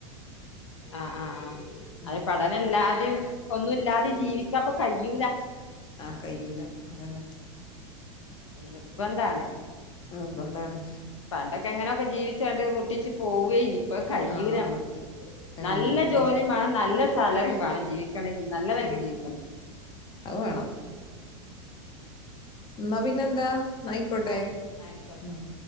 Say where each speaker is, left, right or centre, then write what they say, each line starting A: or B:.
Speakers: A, on the left; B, on the left.
A: ആ ആ
B: ഉം
A: അത് പഠനം ഇല്ലാതെയും ഒന്നു ല്ലാ തിം ജീവിക്കാപ്പൊ കയ്യൂല.
B: ആ കയ്യൂല അതന്നെ.
A: <unintelligible> ന്താണ്
B: നിർബന്ധാണ്.
A: പണ്ടൊക്കെങ്ങനെയൊക്കെ ജീവിച്ചാണ്ട് മുട്ടിച്ച് പോവയ്ഞ്ഞു. ഇപ്പൊ ത്കയ്യൂല
B: ആഹ്
A: നമ്മക്ക്
B: കയ്യൂല
A: നല്ല ജോലിയും
B: കൊറച്ച്
A: വേണം നല്ല സാലറിയും വേണം ജീവ ണെങ്കിൽ നല്ല നിലക്ക്
B: ആഹ്
A: ജീവിക്കണ
B: അത് വേണം. ന്നാ പിന്നെന്താ ന്നായിക്കോട്ടെ
A: ആഹ് ആയിക്കോട്ടെ
B: മ്